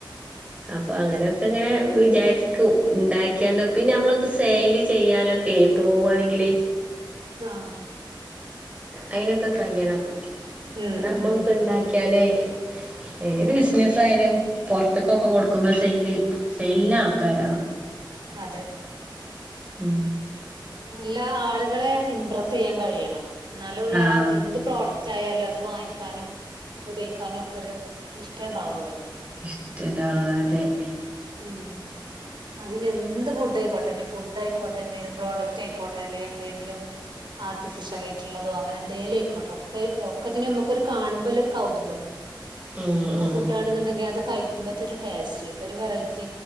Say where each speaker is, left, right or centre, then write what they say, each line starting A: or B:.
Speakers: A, on the right; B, on the right.
A: അപ്പൊ അങ്ങനെയൊക്കെ ഇങ്ങനെ വിചാരിക്കും ഇണ്ടാക്യാണ്ട് പിന്നെ നമ്മളൊക്കെ സെയില് ചെയ്യാനൊക്കെ പോവാണെങ്കില്
B: ആഹ
A: അയിനൊക്കെ കഴിയണം
B: ഉം
A: നമ്മളൊക്കെ
B: ഉം
A: ഉണ്ടാക്കിയാലേ ഏത്
B: ഉം
A: ബിസിനസ് ആയാലും പുറ റത്തക്കൊക്കെ കൊടുക്കുമ്പോ സെയില് സെയിലിനാൾക്കാരാണം
B: അതെ
A: ഉം
B: നല്ല ആളുകളെ ഇംപ്രസ് ചെയ്യാൻ കഴിയണം എന്നാലള്ളു
A: ആഹ്
B: എന്ത് പ്രോഡക്ട് ആയാലും അത് വാങ്ങിക്കാനും ഉപയോഗിക്കാനും ഒക്കെ ഒരു ഇഷ്ടണ്ടാവുന്നത
A: ഇഷ്ട <unintelligible>
B: ഉം അത് എന്ത് ഫുഡ് ആയിക്കോട്ടെ ഞാൻ ഫുഡ് ആയിക്കോട്ടെ എന്തെങ്കിലും പ്രോഡക്റ്റ് ആയിക്കോട്ടെ അല്ലെങ്കിൽ എന്തെങ്കിലും ആർട്ടിഫിഷ്യൽ ആയിട്ടുള്ളതോ അങ്ങനെ എന്തേങ്കിലും ആഴിക്കോട്ടോ ഒക്കെ ഒക്കതിന് നമുക്കൊരു കാണുമ്പോ ഒരു കൗതുകം
A: ഉം ഉം
B: ഫുഡ് ആണെന്നണ്ടെങ്കി അത് കഴിക്കുമ്പോത്തെന്നെ ഒരു ടേസ്റ്റ് ഒരു വെറൈറ്റി